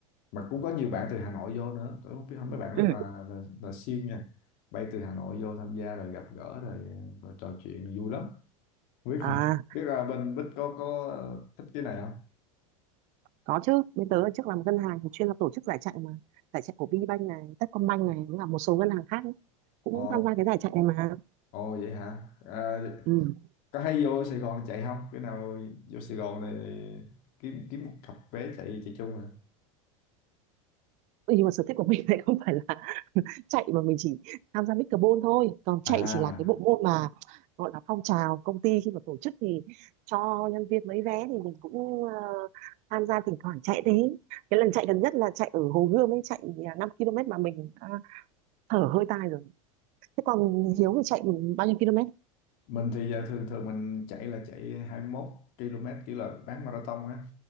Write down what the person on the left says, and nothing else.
mà cũng có nhiều bạn từ Hà Nội vô nữa tôi không biết mấy bạn
rất là là, là siêng nha bay từ Hà Nội vô tham gia rồi gặp gỡ rồi, rồi trò chuyện rồi vui lắm biết
không <laughs> biết là bên Bích có có thích cái này không
ồ
ồ vậy hả à,
có hay vô Sài Gòn chạy không cái nào vô Sài Gòn thì kiếm kiếm một cặp vé chạy chạy chung rồi
à
mình thì giờ thường thường mình chạy là chạy 21 km kiểu là bán marathon á